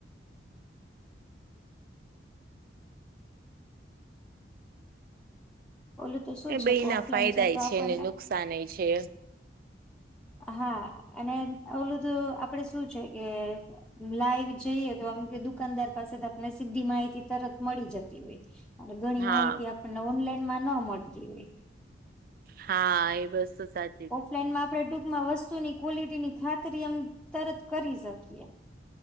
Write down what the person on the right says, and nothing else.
એ ભાઈ
એના
ફાયદા
છે ને નુકસાન છે.
હા
હા એ બસ તો સાચ